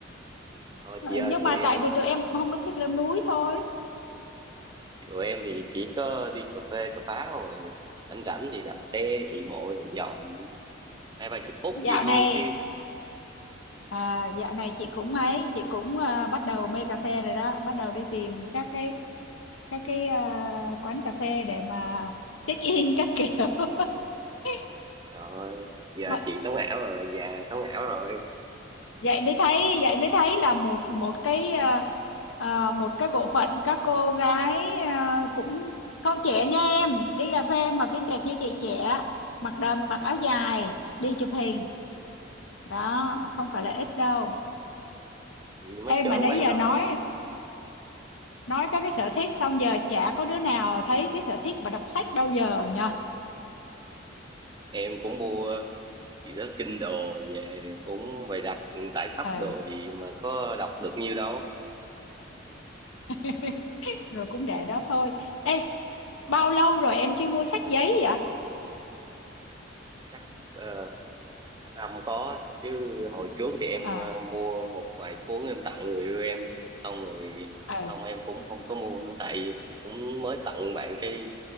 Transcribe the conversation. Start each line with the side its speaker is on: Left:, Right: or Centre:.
Right: thôi
Left: Ờ,
Right: chị ơi
Left: nhưng
Right: tụi
Left: mà tại
Right: em
Left: vì tụi em không có thích leo núi thôi
Right: tụi em thì chỉ có đi cà phê cà phá rồi rảnh rảnh thì đạp xe chạy bộ vòng vòng hai ba chục phút
Left: dạo
Right: gì thôi
Left: này
Right: chứ
Left: à, dạo này chị cũng ấy chị cũng à, bắt đầu mê cà phê rồi đó bắt đầu đi tìm các cái các cái à, quán cà phê để mà check in các kiểu <laughs>
Right: rồi giờ
Left: Mọi
Right: chị sống ảo rồi già sống ảo rồi
Left: vậy mới thấy vậy mới thấy là một một cái ờ, ờ, một cái bộ phận các cô gái ờ, cũng không trẻ nha em đi cà phê mà viên kẹt như chị trẻ mặc đầm mặc áo dài đi chụp hình đó không phải là ít đâu
Right: chị mới
Left: em
Right: chở
Left: mà nãy
Right: quán
Left: giờ
Right: đó
Left: nói nói các cái sở thích xong giờ chả có đứa nào thấy cái sở thích mà đọc sách đâu giờ nhờ
Right: em cũng mua gì đó kinh đồ về cũng bày đặt tải sách
Left: ừ
Right: đồ gì mà có đọc được nhiêu đâu
Left: <laughs> rồi cũng để đó thôi ê bao lâu rồi em chưa mua sách giấy vậy
Right: chắc ờ, cả năm có chứ hồi trước thì em
Left: ờ
Right: ờ, mua một vài cuốn em tặng người yêu em xong rồi
Left: ờ
Right: xong em cũng không có mua nữa tại cũng mới tặng bạn cái